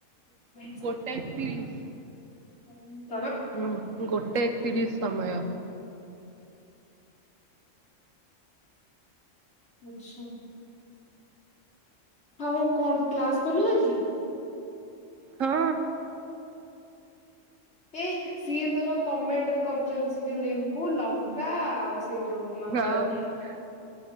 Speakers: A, on the left (about 60°); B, on the right (about 85°).
A: କଣ
B: ଗୋଟେ ଏକତିରିଶ।
A: <unintelligible>
B: ହୁଁ ଗୋଟେ ଏକ ତିରିସ୍ ସମୟ।
A: ଆଛା। ହଉ କଣ ତୁ କ୍ଲାସ କଲୁ ଆଜି?
B: ହଁ।
A: ଏ ସିଏ ତୋର କମେଣ୍ଟରେ କରିଛନ୍ତି ସେ ଯୋଉ ଲେମ୍ବୁ ଲଙ୍କା ଆଉ। ସେଇ ଯୋଉ ନଜର
B: ହଁ